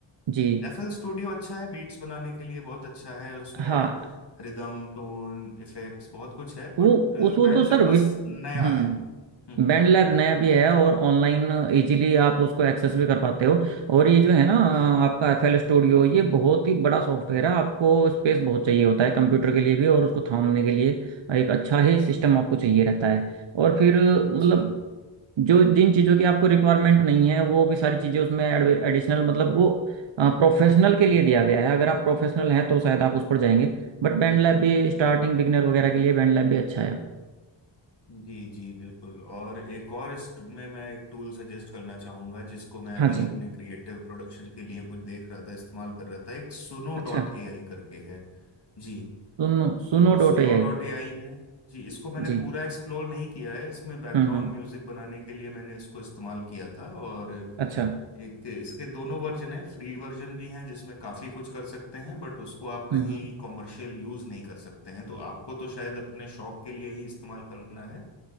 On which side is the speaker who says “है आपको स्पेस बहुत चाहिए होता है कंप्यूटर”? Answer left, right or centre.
Right